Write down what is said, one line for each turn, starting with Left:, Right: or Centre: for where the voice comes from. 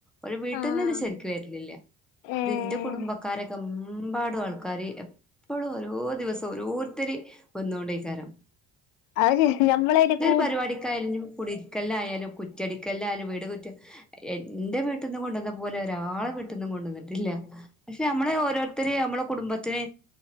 Centre: ഒരു വീട്ടിൽ
Left: ആഹ്
Centre: നിന്ന് ശരിക്ക് വരുന്നില്ല
Left: ഏഹ്
Centre: ഇത് എന്റെ കുടുംബക്കാരൊക്കെ എമ്പാടും ആൾക്കാര് എപ്പോഴും ഓരോ ദിവസം ഓരോരുത്തര് വന്നോണ്ട് ഇരിക്കാന്
Left: അത് ശ നമ്മള കു
Centre: പരിപാടിക്കായിരുന്നു കുടി ഇരിക്കല്ല്ല ആയാലും കുറ്റടിക്കെല്ലാം ആയാലും വീട് കുറ്റ എന്റെ വീട്ടിൽ നിന്ന് കൊണ്ടുവന്ന പോലെ ഒരാള ട്ടന്ന കൊണ്ടുവന്നിട്ടില്ല പക്ഷെ നമ്മള ഓരോരുത്തര നമ്മളെ കുടുംബത്തിനെ